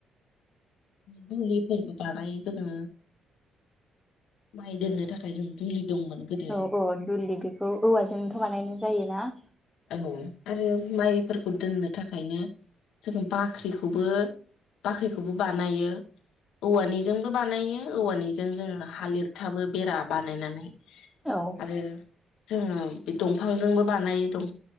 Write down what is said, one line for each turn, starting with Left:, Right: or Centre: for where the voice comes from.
Left: दुलि। फोरबो बानाय जोङो। माइ दोननो थाखाय जों दुलि दंमोन गोदो
Centre: औ-औ दुलि बेखौ औवाजोंथ' बानायनाय जायो ना।
Left: औ आरो माइफोरखौ दोननो थाखायनो जोङो बाख्रिखौबो बाख्रिखौबो बानायो औवानिजोंबो बानायो औवानिजों जोङो हा लिरथाबो बेरा बानायनानै।
Centre: औ
Left: आरो जोङो बे दंफांजोंबो बानायो।